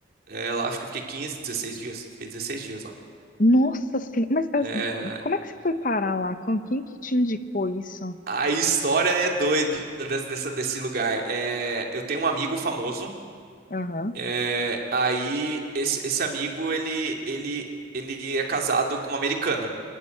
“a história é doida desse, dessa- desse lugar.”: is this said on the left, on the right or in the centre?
Right